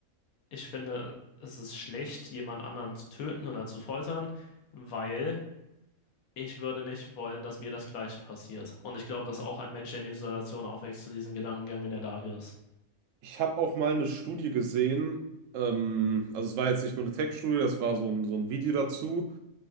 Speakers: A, on the left; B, on the right.
A: ich finde, es ist schlecht, jemand anderen zu töten oder zu foltern, weil ich würde nicht wollen, dass mir das Gleiche passiert. Und ich glaube, dass auch ein Mensch, der in Isolation aufwächst, zu diesem Gedankengang in der Lage ist.
B: Ich habe auch mal eine Studie gesehen, ähm, also es war jetzt nicht nur eine Tech-Studie, das war so ein, so ein Video dazu.